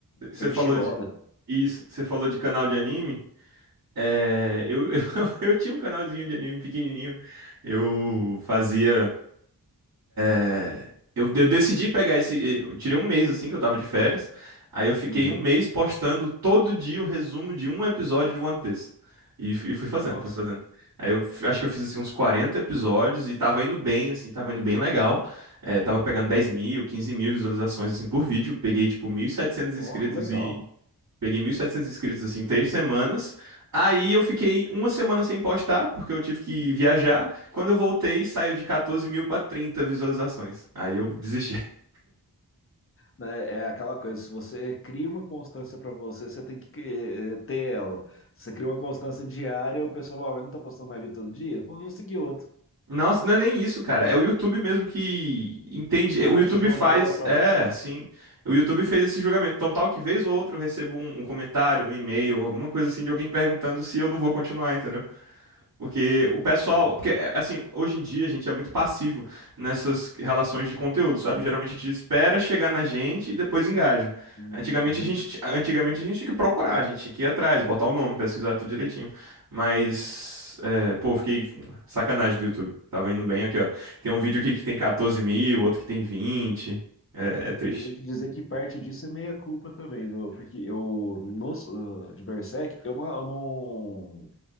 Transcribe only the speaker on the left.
o Enichiro
Oda.
Uhum.
Nossa,
ó,
que legal.
né, É aquela coisa, se você cria uma constância para você, você tem que eh, eh, ter ela. Se você cria uma constância diária, o pessoal fala, "Ah, mas não tá postando mais vídeo todo dia? Vamos seguir outro.
Ah,
te jogou
lá para
baixo.
né?
Uhum.
Ah,
Eu tenho que dizer que parte disso é meia culpa também, no- porque eu, no, uh, de Berserk, eu não, eu não,